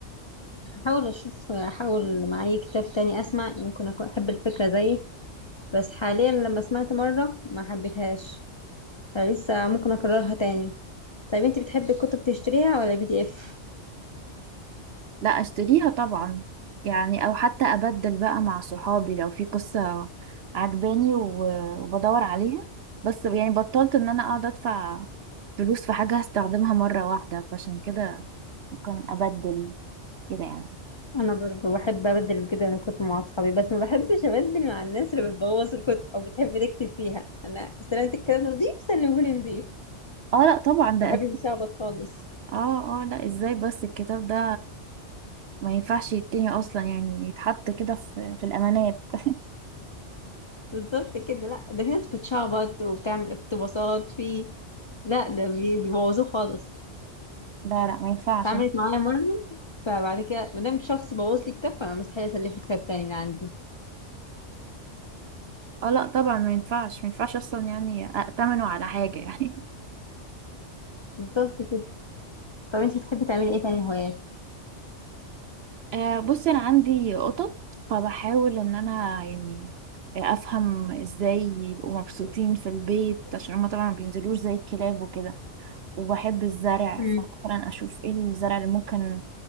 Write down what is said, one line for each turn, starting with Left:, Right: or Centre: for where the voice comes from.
Left: هحاول اشوف احاول مع اي كتاب تاني اسمع ممكن اكون احب الفكره زيك بس حاليا لما سمعت مره ما حبيتهاش فلسه ممكن اكررها تاني طيب انت بتحبي الكتب تشتريها ولا بي دي اف
Right: لا اشتريها طبعا يعني او حتى ابدل بقى مع صحابي لو في قصة عجباني و... وبدور عليها بس يعني بطلت ان انا اقعد ادفع فلوس في حاجة هستخدمها مرة واحدة فعشان كده ممكن ابدل كده يعني
Left: انا برضه بحب ابدل كده الكتب مع اصحابي بس ما بحبش ابدل مع الناس اللي بتبوظ الكتب او بتحب تكتب فيها انا استلمت الكتاب نضيف سلمهولي نضيف
Right: اه لا طبعا ده
Left: ما بحبش
Right: أد-
Left: يشعبط خالص
Right: اه اه لا ازاي بس الكتاب ده ما ينفعش يتني اصلا يعني يتحط كده في في الامانات <laughs>
Left: بالظبط كده لا ده في ناس بتشعبط وبتعمل اقتباسات في لا ده بي- بيبوظوه خالص
Right: لا لا ما ينفعش
Left: اتعملت معايا مرة فبعد كده مادام شخص بوظ لي كتاب فأنا مستحيل أسلفه كتاب تاني من عندي
Right: اه لا طبعا ما ينفعش ما ينفعش اصلا يعني ائتمنه على حاجه يعني
Left: بالظبط كده طب انتي بتحبي تعملي ايه تاني هوايات؟
Right: <laughs> آه بصي انا عندي قطط فبحاول ان انا يعني افهم ازاي يبقوا مبسوطين في البيت عشان هما طبعا ما بينزلوش زي الكلاب وكده وبحب الزرع
Left: مم.
Right: فمثلا اشوف ايه الزرع اللي ممكن